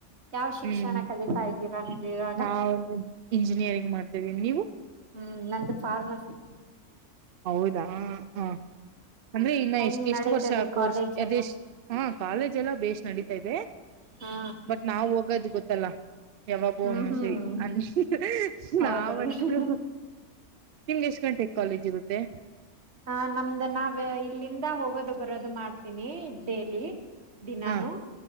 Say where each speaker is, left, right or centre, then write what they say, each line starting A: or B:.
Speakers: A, on the right; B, on the right.
A: ಯಾವ ಶಿಕ್ಷಣ
B: ಹ್ಮ್
A: ಕಲಿತಾ ಇದ್ದೀರಾ ನೀವು ಇವಾಗ
B: ನಾ ಇಂಜಿನಿಯರಿಂಗ್ ಮಾಡ್ತಿದ್ದೀನಿ ನೀವು
A: ಹ್ಮ್ ನಂದು ಫಾರ್ಮಸಿ
B: ಹೌದಾ ಹ ಹಾ ಅಂದ್ರೆ ಇನ್ನ
A: ಹೆಂಗ್
B: ಎಷ್ಟ ಎಷ್ಟ
A: ನಡೀತದೆ
B: ವರ್ಷ ಕೋರ್ಸ್
A: ಕಾಲೇಜ್
B: ಅದೆಷ್ಟ
A: ಎಲ್ಲ
B: ಹ ಕಾಲೇಜ್ ಎಲ್ಲ ಬ ನಡಿ <inaudible> ಇದೆ
A: ಹಾ
B: ಬಟ್ ನಾವ್ ಹೋಗೋದು ಗೊತ್ತ <unintelligible> ಲ್ಲ <inaudible> ಯಾವಾಗೂ
A: ಹ್ಮ್
B: ಒಂದೊಂದ್
A: ಹ್ಮ್
B: ಸರಿ ಅಂದ
A: ಹೌದೌದು
B: ನಾವಂತೂ ನಿಮ್ಗೆ ಎಷ್ಟ್ ಗಂಟೆ <inaudible> ಕಾಲೇಜ್ <unintelligible> ತ್ತ <inaudible>
A: ಹ ನಮ್ದ ನಾವ್ ಇಲ್ಲಿಂದ ಹೋಗೋದು ಬರೋದು ಮಾಡ್ತೀನಿ ಡೇಲಿ <unintelligible> ದಿನಾನು
B: ಹಾ